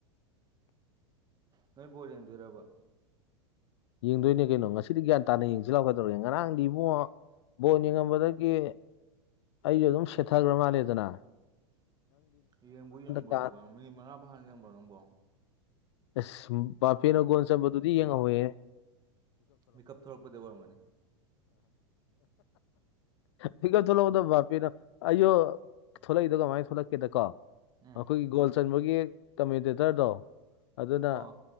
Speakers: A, on the right; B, on the left.
A: ꯅꯣꯏꯕꯨꯣ ꯌꯦꯡꯗꯣꯏꯔꯕ
B: ꯌꯦꯡꯗꯣꯏꯅꯦ ꯀꯩꯅꯣ ꯉꯁꯤꯗꯤ ꯒ꯭ꯌꯥꯟ ꯇꯥꯅ ꯌꯦꯡꯁꯤ ꯂꯥꯛꯀꯗꯧꯔꯒꯦ ꯉꯔꯥꯡꯗꯤ ꯏꯕꯣ ꯕꯣꯠ ꯌꯦꯡꯉꯝꯕꯗꯒꯤ ꯑꯩꯁꯨꯦ ꯑꯗꯨꯝ ꯁꯦꯠꯊꯈ꯭ꯔ ꯃꯥꯜꯂꯗꯅ
A: ꯌꯦꯡꯕꯨ ꯌꯦꯡꯕꯒꯤꯣ
B: ꯀꯥ
A: ꯃꯤꯅꯤꯠ ꯃꯉꯥ ꯐ ꯍꯥꯟ ꯌꯦꯡꯕ꯭ꯔꯣ ꯅꯪꯕꯣ
B: ꯑꯁ ꯕꯥꯐꯦꯅ ꯒꯣꯟ ꯆꯟꯝꯕꯗꯨꯗꯤ ꯌꯦꯡꯍꯧꯋꯦ
A: ꯃꯤꯦꯀꯞ ꯊꯣꯛꯂꯛꯄꯗꯩ ꯑꯣꯏꯔꯝꯒꯅꯤ
B: ꯐꯤꯀ ꯊꯣꯛꯂꯛꯎꯗ ꯚꯞꯄꯤꯅꯣ ꯑꯌꯣ ꯊꯣꯛꯂꯛꯏꯗ ꯀꯃꯥꯏ ꯊꯣꯛꯂꯛꯀꯦꯗꯀꯣ
A: ꯎꯝ
B: ꯑꯩꯈꯣꯏꯒꯤ ꯒꯣꯜ ꯆꯟꯕꯒꯤ ꯀꯃꯦꯟꯇꯦꯇꯔꯗꯣ ꯑꯗꯨꯅ
A: ꯑꯣ